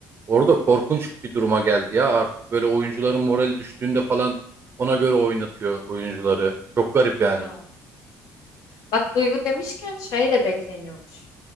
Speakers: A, on the right; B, on the left.
A: orada
B: Hı
A: korkunç
B: hı.
A: bir duruma geldi ya. Artık böyle oyuncuların morali düştüğünde falan ona göre oynatıyor oyuncuları. Çok garip yani.
B: Ha. Bak Duygu demişken şey de bekleniyormuş.